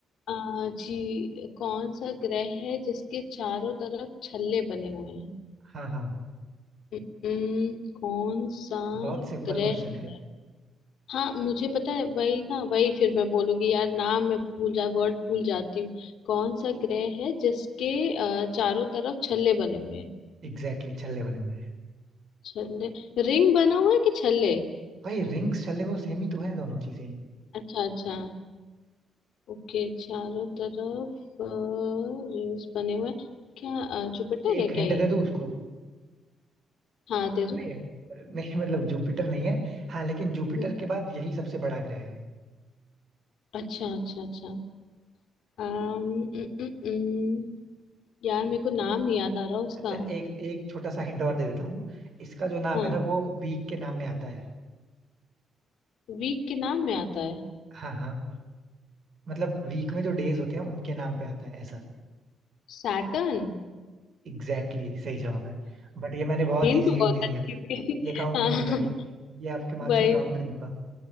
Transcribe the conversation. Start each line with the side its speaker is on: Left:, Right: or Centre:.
Left: आ, जी कौन सा ग्रह है जिसके चारों तरफ छल्ले बने हुए हैं
Right: हाँ हाँ
Left: हम्म, कौन सा
Right: बहुत सिंपल
Left: ग्रह
Right: क्वेश्चन है
Left: है हाँ मुझे पता है वही ना वही फिर मैं बोलूंगी यार नाम मैं भूल जा वर्ड भूल जाती हूँ कौन सा ग्रह है जिसके अ, चारों तरफ छल्ले बने हुए हैं
Right: एग्जैक्टली exactly, छल्ले बने हुए हैं
Left: छल्ले रिंग बना हुआ है कि छल्ले
Right: भाई रिंग्स छल्ले वो सेम ही तो है दोनों चीजें
Left: अच्छा अच्छा ओके चारों तरफ रिंग्स बने हुए हैं क्या जुपिटर
Right: एक
Left: है क्या
Right: हिंट
Left: ये
Right: दे दो उसको
Left: हाँ दे दो
Right: नहीं नहीं मतलब जुपिटर नहीं है हाँ लेकिन जुपिटर
Left: हम्म,
Right: के बाद यही सबसे बड़ा ग्रह है
Left: अच्छा अच्छा अच्छा अम्म, उम, उम, उम, यार मेरे को नाम नहीं याद आ रहा उसका
Right: अच्छा एक एक छोटा सा हिंट और दे देता हूँ इसका जो नाम
Left: हाँ
Right: है ना वो वीक के नाम में आता है
Left: वीक के नाम में आता है
Right: हाँ हाँ मतलब वीक में जो डेज होते हैं उनके नाम पे आता है ऐसा
Left: सैटर्न
Right: एग्जैक्टली exactly, सही जवाब है बट ये मैंने बहुत
Left: हिंट
Right: इजी
Left: <laughs> बहुत
Right: हिंट दे दिया
Left: अच्छी
Right: था
Left: थी
Right: ये काउंट
Left: हाँ
Right: नहीं होगा ये ये आपके मार्क्स
Left: भाई
Right: में काउंट नहीं होगा